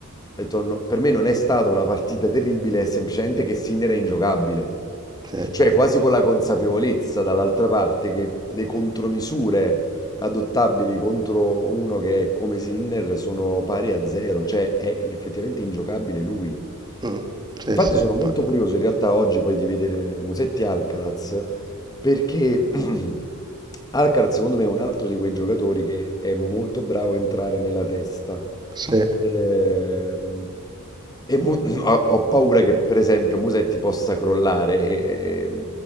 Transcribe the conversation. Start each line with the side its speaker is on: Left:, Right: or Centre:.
Left: ha detto, "No, per me non è stata una partita terribile, è semplicemente che Sinner è ingiocabile.
Right: Sì,
Left: Cioè quasi con la consapevolezza dall'altra parte che le contromisure adottabili contro uno che è come Sinner sono pari a zero, cioè è effettivamente ingiocabile lui.
Right: mm, sì,
Left: Infatti
Right: sì,
Left: sono molto
Right: ma-
Left: curioso in realtà oggi poi di vedere Musetti Alcaraz perché <clears throat> Alcaraz secondo me è un altro di quei giocatori che è molto bravo a entrare nella testa.
Right: sì.
Left: Ehm, e Mu- <clears throat> ho, ho paura che per esempio Musetti possa crollare e, e